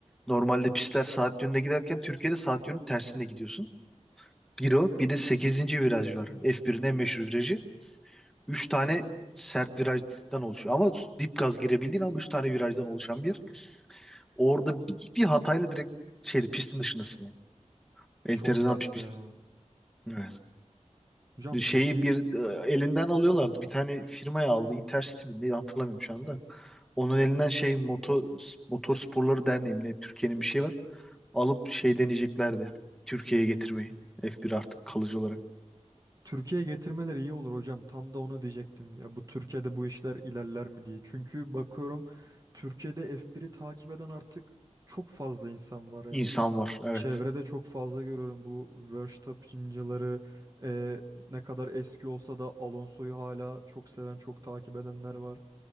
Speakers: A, in the centre; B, on the right.
A: Normalde pistler saat yönünde giderken Türkiye'de saat yönü tersinde gidiyorsun. Bir o bir de sekizinci viraj var. F1'in en meşhur virajı. 3 tane sert virajdan oluşuyor. Ama dip gaz girebildiğin ama 3 tane virajdan oluşan bir. yer. Orada bir, bir hatayla direkt şeydi pistin dışındasın yani. Enteresan
B: Çok sert
A: bir pist.
B: ya.
A: Evet.
B: Hocam
A: şeyi
B: peki
A: bir e, elinden alıyorlardı. Bir tane firmaya aldı. Intercity mi ne hatırlamıyorum şu anda. Onun elinden şey moto, motor sporları derneği mi ne Türkiye'nin bir şey var. Alıp şey deneyeceklerdi. Türkiye'ye getirmeyi. F1 artık kalıcı olarak.
B: Türkiye'ye getirmeleri iyi olur hocam. Tam da onu diyecektim. Ya bu Türkiye'de bu işler ilerler mi diye. Çünkü bakıyorum Türkiye'de F1'i takip eden artık çok fazla insan var. Hani
A: İnsan var evet.
B: çevrede çok fazla görüyorum bu Verstappen'cıları e, ne kadar eski olsa da Alonso'yu hala çok seven, çok takip edenler var.